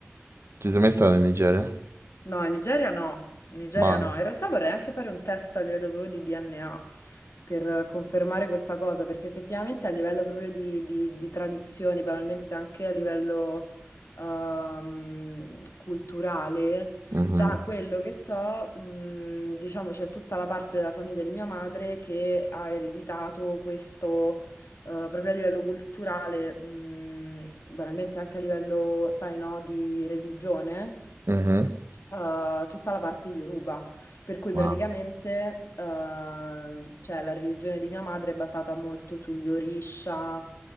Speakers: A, on the right (about 70°); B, on the left (about 75°).
A: Ci sei mai stata in Nigeria?
B: No, in Nigeria no, in Nigeria
A: Ma.
B: no. In realtà vorrei anche fare un test a livello di DNA per eh, confermare questa cosa, perché effettivamente a livello proprio di, di- di tradizioni, banalmente anche a livello ehm, culturale,
A: Mhm,
B: da quello che so, mh, diciamo c'è tutta la parte della famiglia di mia madre che ha ereditato questo. eh, proprio a livello culturale, mh, banalmente anche a livello, sai, no, di religione,
A: mhm.
B: eh, tutta la parte Yoruba, per cui
A: Ma.
B: praticamente eh, cioè, la religione di mia madre è basata molto sugli Orisha,